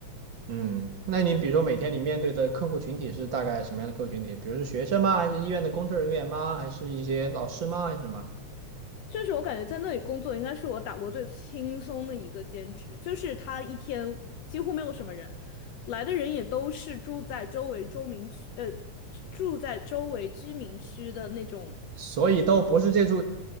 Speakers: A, on the right; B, on the left.
A: 嗯，那你比如说每天你面对的客户群体是大概什么样的客户群体？比如是学生吗？还是医院的工作人员吗？还是一些老师吗？还是什么？
B: 就是我感觉在那里工作应该是我打过最轻松的一个兼职，就是他一天几乎没有什么人，来的人也都是住在周围周民区，呃，住在周围居民区的那种
A: 所以都不是这处，